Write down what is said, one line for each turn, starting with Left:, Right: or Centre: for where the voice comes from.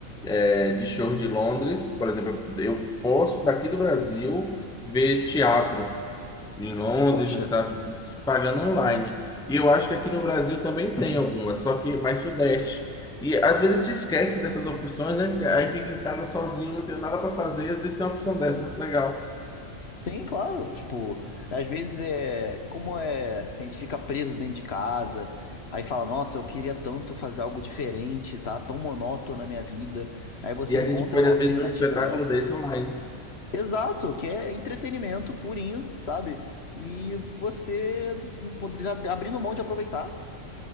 Centre: é, de show de Londres, por exemplo, eu eu posso daqui do Brasil ver teatro em Londres,
Left: Poxa.
Centre: nos Estados Unidos, pagando online. E eu acho que aqui no Brasil também tem algumas, só que mais sudeste. E às vezes te esquece dessas opções, né? Se- Aí fica em casa sozinho, não tem nada para fazer, e às vezes tem uma opção dessa, legal.
Left: Sim, claro. Tipo, às vezes é. Como é. A gente fica preso dentro de casa, aí fala, nossa, eu queria tanto fazer algo diferente, tá tão monótono na minha vida. Aí você
Centre: E a
Left: encontra
Centre: gente pode,
Left: uma
Centre: às
Left: alternativa
Centre: vezes, ver um espetáculo
Left: dessa.
Centre: desse online.
Left: Exato, que é entretenimento purinho, sabe? E você poder abrindo mão de aproveitar